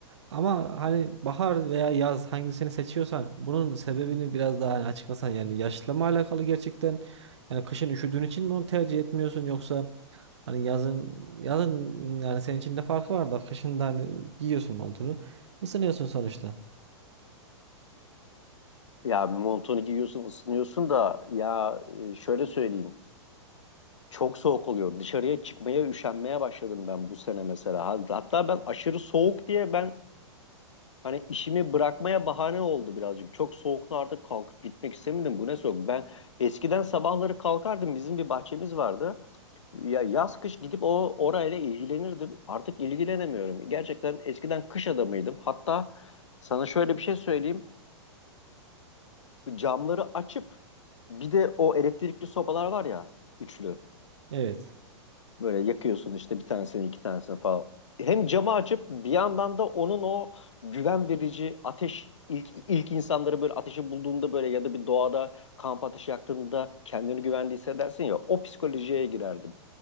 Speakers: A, on the right (about 65°); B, on the left (about 75°).
A: Ama hani bahar veya yaz hangisini seçiyorsan bunun sebebini biraz daha hani açıklasan yani yaşla mı alakalı gerçekten yani kışın üşüdüğün için mi onu tercih etmiyorsun yoksa hani yazın yazın yani senin için de farkı var da kışın da hani giyiyorsun montunu ısınıyorsun sonuçta.
B: Ya montunu giyiyorsun, ısınıyorsun da ya e, şöyle söyleyeyim. Çok soğuk oluyor. Dışarıya çıkmaya üşenmeye başladım ben bu sene mesela. Hat- Hatta ben aşırı soğuk diye ben hani işimi bırakmaya bahane oldu birazcık. Çok soğukta artık kalkıp gitmek istemedim. Bu ne soğuk? Ben eskiden sabahları kalkardım. Bizim bir bahçemiz vardı. Ya yaz kış gidip o orayla ilgilenirdim. Artık ilgilenemiyorum. Gerçekten eskiden kış adamıydım. Hatta sana şöyle bir şey söyleyeyim. Camları açıp bir de o elektrikli sobalar var ya üçlü.
A: Evet.
B: Böyle yakıyorsun işte bir tanesini iki tanesini falan. Hem camı açıp bir yandan da onun o güven verici ateş ilk ilk insanları böyle ateşi bulduğunda böyle ya da bir doğada kamp ateşi yaktığında kendini güvende hissedersin ya o psikolojiye girerdim.